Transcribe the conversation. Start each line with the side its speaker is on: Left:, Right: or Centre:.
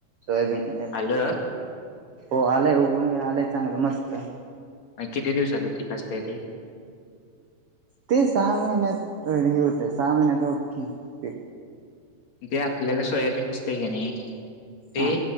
Right: सोयाबीन यायला
Left: आलं
Right: आलाय. हो, आलंय उघवून आलंय, चांगलं मस्त.
Left: किती दिवसाच पिकं असतय ते?
Right: ते सहा महिन्यात <unintelligible> होतय, सहा महिन्यात ओके. पीक
Left: जे आपल्याला सोयाबीन असते कां नाही. ते
Right: हा